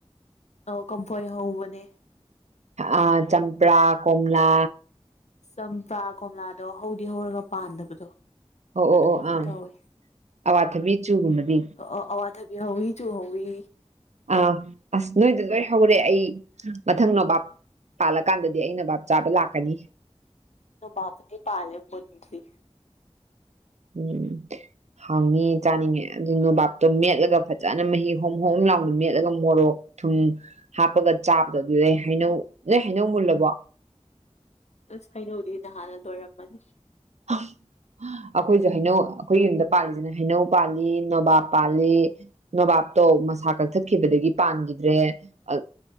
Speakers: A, on the left; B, on the right.
A: ꯑꯥꯎ ꯀꯝꯐꯣꯏ ꯍꯧꯕꯅꯦ
B: ꯑꯥ ꯆꯝꯄ꯭ꯔꯥ ꯀꯣꯝꯂꯥ
A: ꯆꯝꯄ꯭ꯔꯥ ꯀꯣꯝꯂꯥꯗꯣ ꯍꯧꯗꯤ ꯍꯧꯔꯒ ꯄꯥꯟꯗꯕꯗꯣ
B: ꯑꯣ
A: ꯑꯗꯨꯃꯥꯏꯅ
B: ꯑꯣ ꯑꯣ ꯑꯥ
A: ꯇꯧꯋꯦ
B: ꯑꯋꯥꯊꯕꯤ ꯆꯨꯒꯨꯝꯕꯗꯤ?
A: ꯑꯣ ꯑꯋꯥꯊꯕꯤ ꯍꯧꯏ ꯆꯨ ꯍꯧꯏ
B: ꯑꯥ ꯑꯁ! ꯅꯣꯏꯗ ꯂꯣꯏ ꯍꯧꯔꯦ ꯑꯩ ꯃꯊꯪ ꯅꯣꯕꯥꯞ ꯄꯥꯜꯂꯀꯥꯟꯗꯗꯤ ꯑꯩ ꯅꯣꯕꯥꯞ ꯆꯥꯕ ꯂꯥꯛꯀꯅꯤ
A: ꯅꯣꯕꯥꯞ ꯄꯨꯗꯤ ꯄꯥꯜꯂꯦ ꯃꯨꯟꯗ꯭ꯔꯤ
B: ꯎꯝ ꯍꯥꯎꯅꯤꯌꯦ ꯆꯥꯅꯤꯡꯉꯦ ꯑꯗꯨ ꯅꯣꯕꯥꯞꯇꯣ ꯃꯦꯠꯂꯒ ꯐꯖꯅ ꯃꯍꯤ ꯍꯣꯝ ꯍꯣꯝ ꯂꯥꯎꯅ ꯃꯦꯠꯂꯒ ꯃꯣꯔꯣꯛ ꯊꯨꯝ ꯍꯥꯞꯄꯒ ꯆꯥꯕꯗꯣ ꯑꯗꯨꯗꯩ ꯍꯩꯅꯧ ꯅꯣꯏ ꯍꯩꯅꯧ ꯃꯨꯜꯂꯕꯣ?
A: ꯑꯁ ꯍꯩꯅꯧꯗꯤ ꯅꯍꯥꯟꯅ ꯂꯣꯏꯔꯝꯃꯅꯤ꯫
B: <unintelligible> <unintelligible> ꯑꯩꯈꯣꯏꯁꯨ ꯍꯩꯅꯧ ꯑꯩꯈꯣꯏ ꯌꯨꯝꯗ ꯄꯥꯜꯂꯤꯁꯤꯅ ꯍꯩꯅꯧ ꯄꯥꯜꯂꯤ ꯅꯣꯕꯥꯞ ꯄꯥꯜꯂꯤ ꯅꯣꯕꯥꯞꯇꯣ ꯃꯁꯥ ꯀꯛꯊꯠꯈꯤꯕꯗꯒꯤ ꯄꯥꯟꯒꯤꯗ꯭ꯔꯦ, ꯑ